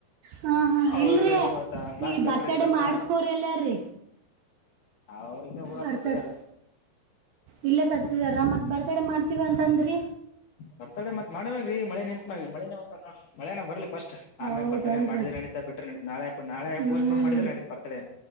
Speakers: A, on the right; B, on the left.
A: ಹಾ ಹಾ
B: ಅವ್ರ್ದ
A: ಇಲ್ರಿ
B: ಏನಾಗತ್ತಾ ಲಾಸ್ಟ್
A: ಈಗ
B: ಪೇಪರ್
A: ಬರ್ತಡೆ
B: ಇತ್ತುಂತ
A: ಮಾಡಸ್ಕೋರಿ ಎಲ್ಲಾರೀ
B: ಅವ್ರಗ ಊರ
A: ಬರ್ತಡೆ
B: ಸತ್ತಿದ್ದಾರೆ
A: ಇಲ್ಲೇ ಸತ್ತದಾರ ಮತ್ತೆ ಬರ್ತ್ಡೇ ಮಾಡ್ತೀವಿ ಅಂತ ಅಂದ್ರಿ
B: ಬರ್ತಡೆ ಮತ್ ಮಾಡ್ಬೇಕ್ರೀ ಮಳೆ ನಿಂತತ್ ಮಳೆ ಮಳೆನ ಬರ್ಲಿ ಫಸ್ಟ್ ಆಮೇಾಗ
A: ಹೌದೇನ್ರಿ
B: ಬರ್ತಾನನೆ ಮಾಡಿದೆ ನಡಿತಾ ಬಿಟ್ರ ನಡ ನಾಳೆ ನಳೆ
A: ಹ್ಮ್
B: ಪೋಸ್ಟ್ ಪೋನ್ ಮಾಡಿದ್ರ ನಡೀ ಬರ್ತೇ